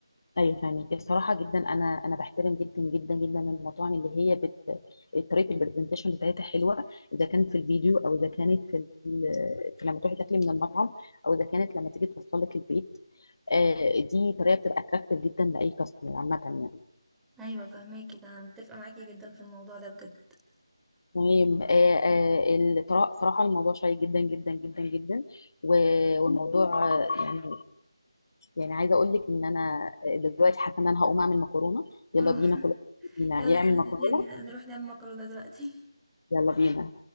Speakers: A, on the left (about 50°); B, in the centre.
A: ايوه فاهمك الصراحه جدا انا انا بحترم جدا جدا جدا المطاعم اللي هي بت... طريقه البرزنتيشن بتاعتها حلوه اذا كان في الفيديو او اذا كانت في, ال... في لما تروحي تاكلي من المطعم او اذا كانت لما تيجي توصل لك البيت آه دي طريقه بتبقى اتراكتيف جدا لاي كاستمر عامه يعني
B: ايوه فاهماكي ده انا متفقه معاكي جدا في الموضوع ده بجد
A: المهم آه آه الطرا- صراحه الموضوع شيق جدا جدا جدا جدا و- والموضوع آه، يعني يعني عايزه اقول لك ان انا دلوقتي حاسه ان انا هقوم اعمل مكرونه
B: <laughs>
A: يلا بينا كلنا
B: يلا
A: يعمل
B: احنا
A: مكرونه
B: الاتنين نروح نعمل مكرونة دلوقتي <laughs>
A: يلا بينا